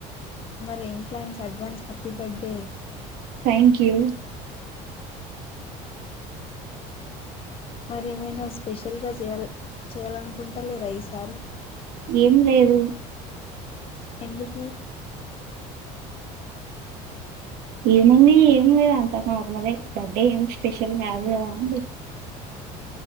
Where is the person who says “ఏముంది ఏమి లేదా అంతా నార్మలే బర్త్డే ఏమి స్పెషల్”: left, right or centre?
Right